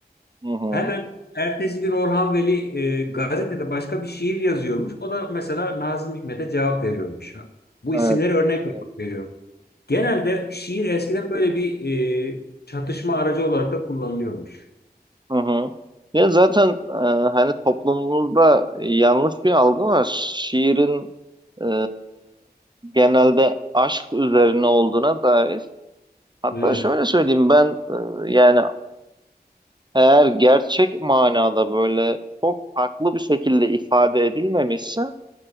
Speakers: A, on the right; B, on the left.
A: Hı hı.
B: Hemen ertesi gün Orhan Veli e, gazetede başka bir şiir yazıyormuş. O da mesela Nazım Hikmet'e cevap veriyormuş. Bu
A: Evet.
B: isimleri örnek
A: evet.
B: veriyorum. Genelde şiir eskiden böyle bir e, çatışma aracı olarak da kullanılıyormuş.
A: Hı hı. Ya zaten e, hani toplumumuzda yanlış bir algı var. Şiirin e, genelde aşk üzerine olduğuna dair. Hatta
B: Evet,
A: şöyle söyleyeyim ben e, yani Eğer gerçek manada böyle çok farklı bir şekilde ifade edilmemişse